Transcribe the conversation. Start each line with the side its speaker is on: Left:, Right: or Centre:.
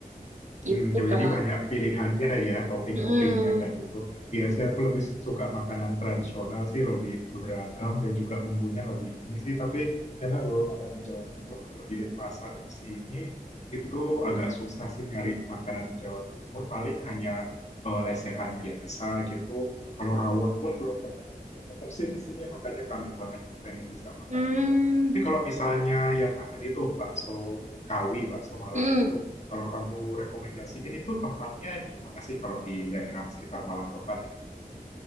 Right: Gitu,
Left: Hmm, jadi
Right: Kak.
Left: banyak pilihannya ya, topping-toppingnya
Right: Mm-mm.
Left: kayak gitu. Biasanya aku lebih suka makanan tradisional sih, lebih beragam dan juga bumbunya lebih ini sih. Tapi enak loh makanan Jawa Timur. Kalau di Denpasar di sini itu agak susah sih nyari makanan Jawa Timur. Paling hanya eh, lesehan biasa gitu. Kalau rawon pun belum pernah ketemu sih di sini, makanya kangen banget pengen bisa makan
Right: Mm.
Left: rawon. Tapi kalau misalnya yang tadi tuh bakso Kawi, bakso Malang
Right: Mm.
Left: itu kalau kamu rekomendasiin itu tempatnya di mana sih kalau di daerah sekitar Malang Kota deh?